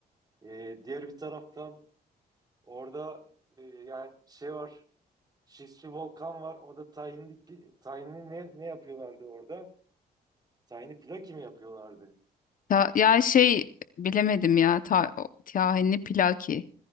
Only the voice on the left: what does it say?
Ta- ya şey bilemedim ya. Ta Tahinli Pilaki.